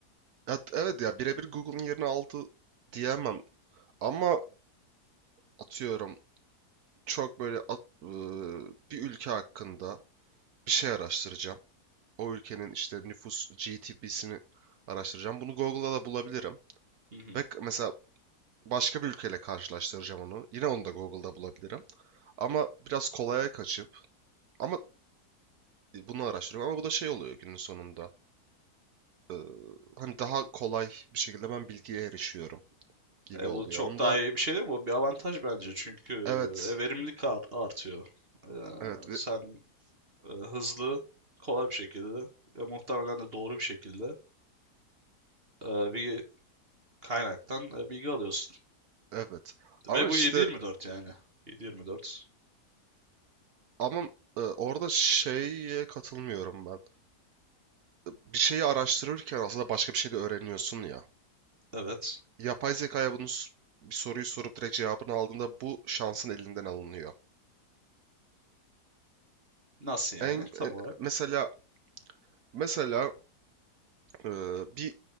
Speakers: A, on the right; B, on the right.
A: Evet, evet ya birebir Google'ın yerini aldı diyemem. Ama atıyorum çok böyle at- ıı, bir ülke hakkında bir şey araştıracağım. O ülkenin işte nüfus GDP'sini araştıracağım. Bunu Google'da da bulabilirim.
B: Hı hı.
A: Ve mesela başka bir ülkeyle karşılaştıracağım onu. Yine onu da Google'da bulabilirim. Ama biraz kolaya kaçıp ama bunu araştırıyorum ama bu da şey oluyor günün sonunda. Ee, hani daha kolay bir şekilde ben bilgiye erişiyorum gibi
B: E,
A: oluyor.
B: bu çok
A: Ondan
B: daha iyi bir şey değil mi? Bu bir avantaj bence çünkü
A: evet,
B: e, verimlilik ar- artıyor. E,
A: evet, e,
B: sen e, hızlı, kolay bir şekilde ve muhtemelen de doğru bir şekilde e, bir kaynaktan e, bilgi alıyorsun.
A: evet.
B: Ve
A: Ama
B: bu
A: işte
B: 724 yani. 724.
A: ama e, orada şeye katılmıyorum ben. Bir şeyi araştırırken aslında başka bir şey de öğreniyorsun ya.
B: Evet.
A: Yapay zekaya bunu s- bir soruyu sorup direkt cevabını aldığında bu şansın elinden alınıyor.
B: Nasıl yani
A: En,
B: tam
A: en-
B: olarak?
A: mesela mesela e, bir